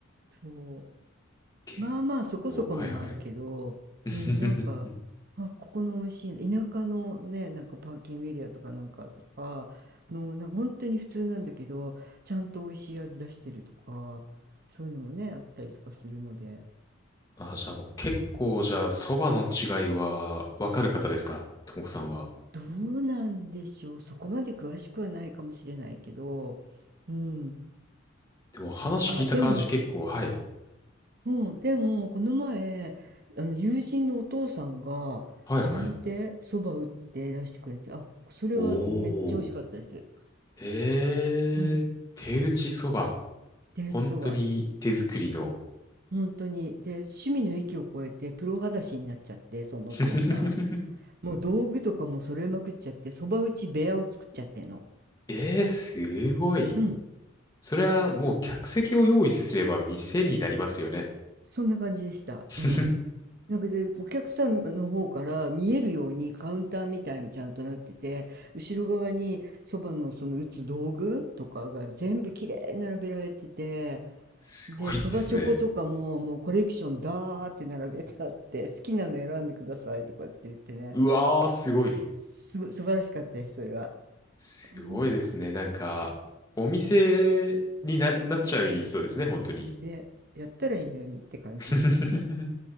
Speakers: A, on the right (about 50°); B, on the left (about 20°).
A: そう。
B: 結
A: まあまあそこそこのもあるけど、
B: 構、はいはい。<laughs>
A: うん、なんか、あ、ここの美味しい、田舎のね、なんかパーキングエリアとかなんかとかの、なんか本当に普通なんだけど、ちゃんと美味しい味出してるとか、そういうのもね、あったりとかするので。
B: あ、じゃあもう結構、じゃあ、そばの違いはわかる方ですかともこさんは。
A: どうなんでしょう。そこまで詳しくはないかもしれないけど、うん。
B: でも話聞いた感じ結構、
A: ね、あ、でも、
B: はい。
A: うん、でも、この前、あの、友人のお父さんが、
B: はいはい。
A: 自分で蕎麦打って出してくれて、あ、それはめっちゃ美味しかったです。
B: おー。えー、
A: うん。
B: 手打ちそば。
A: 手打ち蕎麦。
B: 本当に手作りの。
A: 本当に。で、趣味の域を超えて、プロ裸足になっちゃって、そのお父さ
B: <laughs>
A: ん。もう道具とかも揃えまくっちゃって、蕎麦打ち部屋を作っちゃってんの。
B: えー、すごい。
A: うん。
B: それはもう客席を用意すれば店になりますよね。
A: そんな感じでした。
B: <laughs>
A: うん。なんかで、お客さんの方から見えるようにカウンターみたいにちゃんとなってて、後ろ側にそばのその打つ道具とかが全部きれいに並べられてて、
B: すごいですね。
A: で、そばチョコとかももうコレクションダーって並べてあって、好きなの選んでくださいとかって言ってね、
B: うわー、すごい。
A: すごい素晴らしかったです、それは。
B: すごいですね。
A: うん、
B: なんか、お店にな、なっちゃいそうですね、本当に。
A: で、やったらいいのにって感じでしたけど。
B: <laughs>